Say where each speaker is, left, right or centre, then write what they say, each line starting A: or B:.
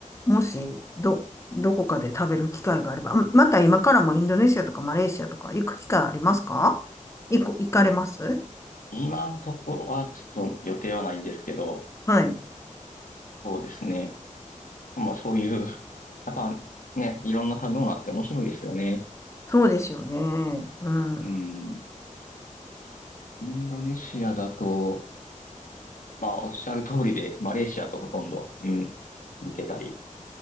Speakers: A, on the left; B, on the left.
A: もし、ど、どこかで食べる機会があれば、あまた今からもインドネシアとかマレーシアとか行く機会ありますか行こ、行かれます
B: 今のところはちょっと予定はないんですけど、
A: はい。
B: そうですね。まあそういう、やっぱね、いろんな食べ物あって面白いですよね。
A: そうですよね。うん。
B: うん。インドネシアだと、まあおっしゃる通りで、マレーシアとほとんど、うん、似てたりし